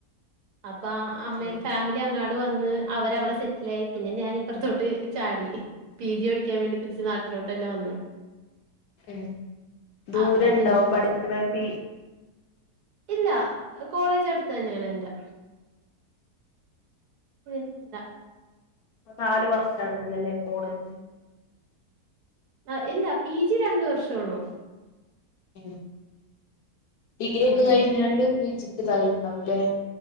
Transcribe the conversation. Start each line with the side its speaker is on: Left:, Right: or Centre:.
Right: അപ്പ അമ്മയും
Left: ഏഹ്
Right: ഫാമിലിയും അങ്ങ അവടെ വന്ന് അവരവിടെ സെറ്റിലായി പിന്നെ ഞാൻ ഇപ്പറത്തോട്ട് ചാടി പിജി പ പഠിക്കാൻ വേണ്ടി തിരി നാട്ടി ലടതന്ന വന്ന്
Left: ഉം ദൂരം
Right: അപ്പൊ
Left: ഉണ്ടോ
Right: പിന്നെ
Left: പഠി <unintelligible>
Right: ഇല്ല കോളേജ് അടുത്ത് തന്നെയാണ് എന്റെ പിന്നെ
Left: ഇപ്പം നാലു വർഷാണല്ലല്ലേ കോളേജ്
Right: ആ ഇല്ല പി ജി രണ്ടു വർഷേ ഉള്ളൂ
Left: ഉമ് ഡിഗ്രി
Right: ആഹ്
Left: ഒക്കെ കഴിഞ്ഞോണ്ട് പി ജി <unintelligible>